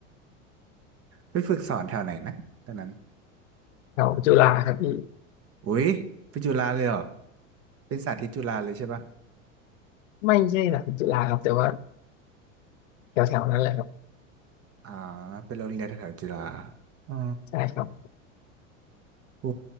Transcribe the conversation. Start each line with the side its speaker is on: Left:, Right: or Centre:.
Right: ไปฝึกสอนแถวไหนนะตอนนั้น
Left: แถวจุฬาครับพี่
Right: อุ้ยไปจุฬาเลยเหรอ เป็นสาธิตจุฬาเลยใช่ปะ
Left: ไม่ใช่หลักจุฬาครับแต่ว่าแถวๆนั้นแหละครับ
Right: อ่า เป็นโรงเรียนแถวๆจุฬาอ๋อ
Left: ใช่ครับ
Right: โอ้